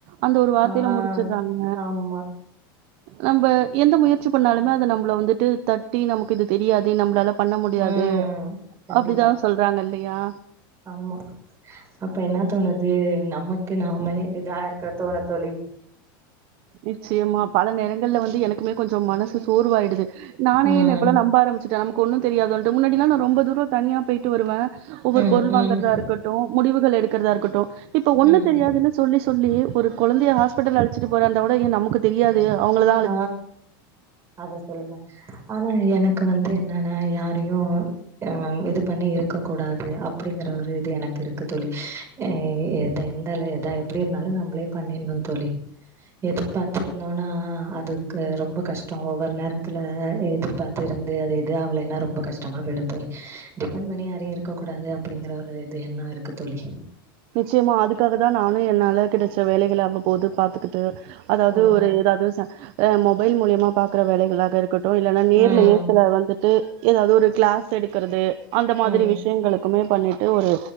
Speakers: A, on the right; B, on the right.
A: அந்த ஒரு வார்த்தைல
B: ஆ
A: முடிச்சிட்றாங்க
B: ஆமா
A: நம்ம எந்த முயற்சி பண்ணாலுமே அது நம்மள வந்துட்டு தட்டி நமக்கு இது தெரியாதே நம்ப்ளால பண்ண முடியாது
B: ம் கண்டிப்பா
A: அப்டிதா சொல்றாங்க இல்லையா
B: ஆமா அப்ப என்ன தோணுது நமக்கு நாமே இதா இருக்கற தான தோழி
A: நிச்சயமா பல நேரங்கள்ல வந்து எனக்குமே கொஞ்சோ மனசு சோர்வாயிடுது நானே
B: ம்
A: என்ன இப்பல்லா நம்ப ஆரம்பச்சுடேன் நமக்கு ஒண்ணும் தெரியாதோன்டு முன்னாடிலா நா ரொம்ப தூர தனியா போயிட்டு வருவ ஒவ்வொரு
B: ம்
A: பொருள் வாங்கற்தா
B: ம்
A: இருக்கட்டு முடிவுகள் எடுக்ற்தா இருக்கட்டு இப்ப ஒண்ணு
B: ம்
A: தெரியாதுன்னு சொல்லி சொல்லி ஒரு கொலந்தைய ஹாஸ்பிட்டல் அழச்சிட்டு போறந்தாகுட ஏ நமக்கு தெரியாது அவங்கள தா
B: ஆ அத சொல்லுங்க ஆனா எனக்கு வந்து என்னன்னா யாரையு அ இது பண்ணி இருக்க கூடாது அப்டிங்கற ஒரு இது எனக்கு இருக்கு தோழி எ எத எந்தல எதா எப்டி இருந்தாலு நம்ப்ளே பண்ணின்னு தோழி எதிர்பாத்திருந்தோனா அதுக்கு ரொம்ப கஷ்டொ ஒவ்வொரு நேரத்துல எதிர்பாத்து இருந்து அது எது ஆவலன்னா ரொம்ப கஷ்டமா பேடு தோலி டிபெண்ட் பண்ணி யாரையு இருக்க கூடாது அப்டிங்கற ஒரு இது எண்ணொ இருக்கு தோழி
A: நிச்சயமா அதுக்காக தா நானு என்னால கெடச்ச வேலைகள அவ்வபோது பாத்துக்கிட்டு அதாவது
B: ம்
A: ஒரு ஏதாவது மொபைல் மூலியமா பாக்ற வேலைகளாக இருக் கட்டு இல்லன்னா
B: ம்
A: நேர்ல ஏ சில வந்துட்டு ஏதாவது ஒரு கிளாஸ் எடுக்கறது அந்த
B: ம்
A: மாரி
B: ம்
A: விஷயங்களுக் மே பண்ணிட்டு ஒரு